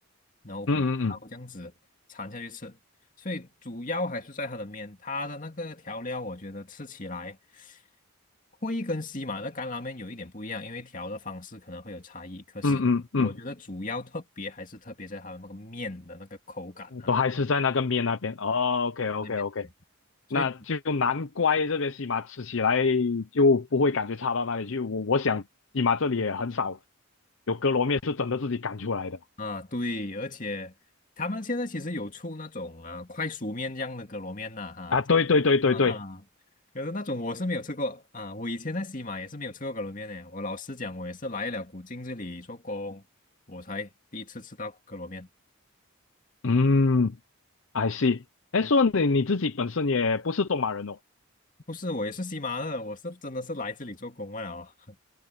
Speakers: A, on the left; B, on the left.
A: 然后胡椒这样子掺下去吃，
B: 嗯嗯嗯
A: 所以主要还是在它的面，它的那个调料我觉得吃起来。会跟西马的干拉面有一点不一样，因为调的方式可能会有差异。可是我觉得主要特别还是特别在它的那个面的那个口感啊，
B: 嗯嗯嗯嗯，都还是在那个面那边。哦，OK OK
A: 那边
B: OK。那就难怪这边西马吃起来
A: 所以
B: 就不会感觉差到哪里去。我我想西马这里也很少有哥罗面是真的自己擀出来的
A: 啊，对，而且他们现在其实有出那种啊快熟面这样的格罗面呐、哈、
B: 啊。对对对对对，
A: <laughs> 哈，可是那种我是没有吃过啊，我以前在西马也是没有吃过格罗面的。我老实讲，我也是来了古晋这里做工，我才第一次吃到格罗面。
B: 嗯，I see。哎，
A: 嗯，
B: 说你你自己本身也不是东马人哦。
A: 不是，我也是西马的，我是真的是来这里做工罢了哦。